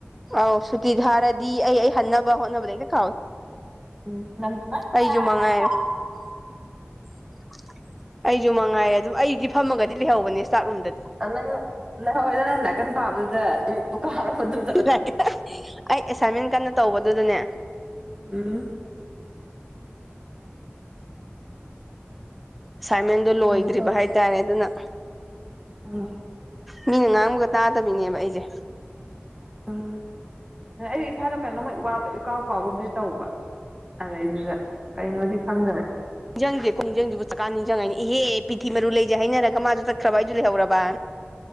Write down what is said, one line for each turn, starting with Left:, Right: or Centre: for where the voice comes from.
Centre: ꯑꯧ ꯁꯨꯇꯤ ꯊꯥꯔꯗꯤ ꯑꯩ ꯑꯩ ꯍꯟꯅꯕ ꯍꯣꯠꯅꯕ ꯍꯦꯛꯇ ꯀꯥꯎꯏ
Right: ꯎꯝ ꯅꯪꯖꯨ ꯐꯟꯕ
Centre: ꯑꯩꯖꯨ ꯃꯉꯥꯏꯔꯦ
Right: ꯐꯟꯀꯥꯎꯢ
Centre: <unintelligible> ꯑꯩꯖꯨ ꯃꯉꯥꯏꯔꯦ ꯑꯗꯨꯝ ꯑꯩꯗꯤ ꯐꯝꯃꯒꯗꯤ ꯂꯩꯍꯧꯕꯅꯦ ꯏꯁ꯭ꯇꯥꯠ ꯔꯨꯝꯗꯗꯤ
Right: <unintelligible> ꯂꯩꯍꯧꯌꯦ ꯅꯪ ꯂꯥꯢ ꯀꯟ ꯄꯥꯕꯗꯨꯗ ꯑꯗꯨꯝ ꯍ <unintelligible>
Centre: <unintelligible> ꯑꯩ ꯑꯦꯁꯥꯏꯟꯃꯦꯟ ꯀꯟꯅ ꯇꯧꯕꯗꯨꯗꯅꯦ
Right: ꯎꯝ
Centre: ꯑꯁꯥꯏꯟꯃꯦꯟꯗꯣ
Right: ꯈꯪꯗꯦꯗ
Centre: ꯂꯣꯏꯗ꯭ꯔꯤꯕ ꯍꯥꯏꯇꯥꯔꯦ ꯑꯗꯨꯅ
Right: ꯑꯝ
Centre: ꯃꯤꯅ ꯉꯥꯡꯕꯒ ꯇꯥꯗꯕꯤꯅꯦꯕ ꯑꯩꯁꯦ
Right: ꯎꯝ ꯑꯩ ꯏꯁꯥꯗꯣ ꯀꯩꯅꯣꯝꯃ ꯢꯋꯥꯠꯕ ꯏꯀꯥꯎ ꯀꯥꯎꯒꯨꯝꯗꯤ ꯇꯧꯕ ꯑꯗꯩ ꯗꯨꯗ ꯀꯩꯅꯣꯗꯤ ꯈꯪꯗꯕ
Centre: ꯅꯤꯡꯖꯪꯀꯣ ꯈꯣꯢꯅꯤꯡꯖꯪꯗꯦ ꯍꯧꯖꯤꯛꯀꯥꯟ ꯅꯤꯡꯁꯤꯡꯉꯛꯢꯅꯦ ꯏꯍꯦ ꯄꯤꯊꯤ ꯃꯔꯨ ꯂꯩꯖꯦ ꯍꯥꯏꯅꯔꯒ ꯃꯥꯁꯨ ꯆꯠꯈ꯭ꯔꯕ ꯑꯩꯗꯨꯁꯨ ꯂꯩꯍꯧꯔꯕ